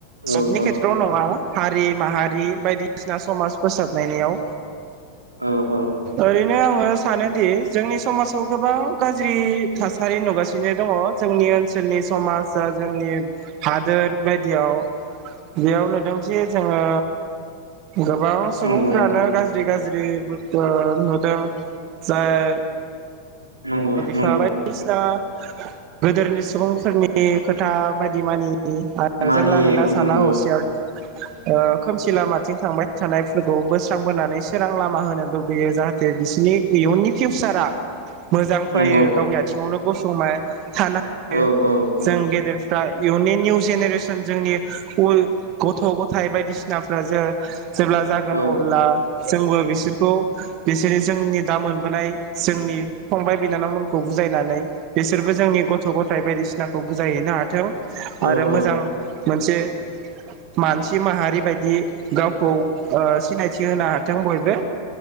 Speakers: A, on the right (about 85°); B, on the right (about 40°).
A: औ
B: सबनि
A: औ
B: खेथ्रआव नङा हारि माहारि बायदिसिना समाज फोसाबनायनियाव।
A: औ औ
B: ओरैनो आङो सानोदि जोंनि समाजाव गोबां गाज्रि थासारि नुगासिनो दङ जोंनि ओन सोलनि समास जा जोंनि हादोर बायदियाव बेयाव नुदोंथि जोङो गोबां सुबुंफ्रानो
A: नंगौ नंगौ
B: गाज्रि गाज्रि दि बुस्थु नुदों जाय
A: नंगौ नं
B: फा बायदिसिना गोदोरनि सुबुंफोरनि खोथा बायदि मानि यि आरो
A: मानियो
B: जानला मोनला
A: औ
B: साना
A: नंगौ
B: हसिया ओ खोमसि लामाथिं थांबाय थानायफोरखौ बोस्रांबोनानै सोरां लामा होनो लु बैयो जाहाथे बिसोरनि इयुननि फिउचारा मोजां फायो
A: नंगौ
B: थिङावनो गसंनाय <unintelligible>
A: औ औ औ
B: जों गेदेरफ्रा इयुननि निउ जेनेरेसन जोंनि उइ गथ गथायाइ बायदिसिनाफ्रा जो जेब्ला जागोन
A: औ
B: अब्ला जोंबो बि बिसोरखौ बिसोरनि जोंनि दा मोनबोनाय जोंनि फंबाय बिनानावमोन खौ बुजायनानै बिसोरबो जोंनि गथ गथाय बायदिसिनाखौ बुजायहैनो हाथों।
A: औ
B: आरो मोजां
A: औ
B: मोनसे मानसि माहारि बायदि गावखौ ओ सिनायथि होनो हाथों बयबो